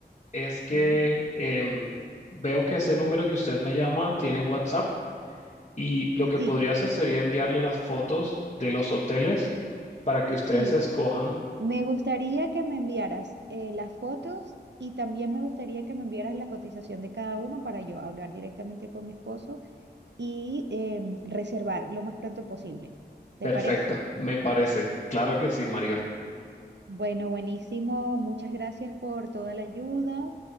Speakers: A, on the left; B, on the right.
A: es que
B: Ujú.
A: em, veo que ese número que usted me llama tiene WhatsApp. Y lo que
B: Sí,
A: podría hacer sería enviarle las fotos de los hoteles para que
B: sí,
A: ustedes escojan.
B: Me gustaría que me enviaras eh, las fotos y también me gustaría que me enviaras la cotización de cada uno para yo hablar directamente con mi esposo y em, reservar lo más pronto posible. ¿Te
A: Perfecto,
B: parece?
A: me parece. Claro que sí, María.
B: Bueno, buenísimo. Muchas gracias por toda la ayuda